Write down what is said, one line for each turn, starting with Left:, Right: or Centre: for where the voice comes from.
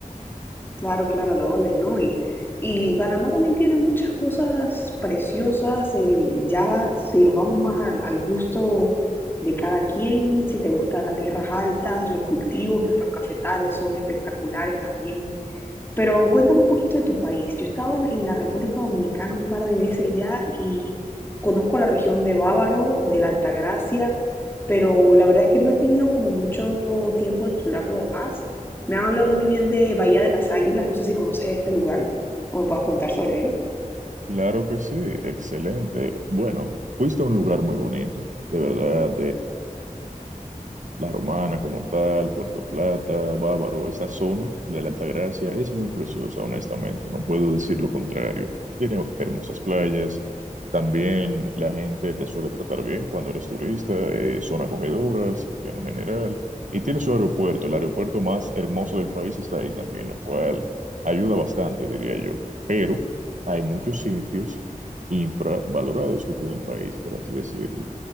Left: Claro, claro, a la orden, ¿no? Y, y Panamá también tiene muchas cosas preciosas, eh, ya si nos vamos más al, al gusto de cada quien, si te gustan las tierras altas, los cultivos, nuestros cafetales son espectaculares también. Pero cuéntame un poquito de tu país. Yo he estado en, en la República Dominicana un par de veces ya y conozco la región de Bávaro, de la Altagracia, pero la verdad es que no he tenido como mucho tiempo de explorar lo demás. Me han hablado muy bien de Bahía de las Águilas, no sé si conoces este lugar o me puedas contar sobre él.
Right: Claro que sí, excelente. Bueno, fuiste a un lugar muy bonito, de verdad, La Romana como tal, Puerto Plata, Bávaro, esa zona de la Altagracia es muy preciosa, honestamente, no puedo decir lo contrario. Tiene hermosas playas, también la gente te suele tratar bien cuando eres turista, eh, son acogedoras en lo general, y tiene su aeropuerto, el aeropuerto más hermoso del país está ahí también, lo cual ayuda bastante, diría yo. Pero hay muchos sitios infravalorados que tiene el país, por así decirlo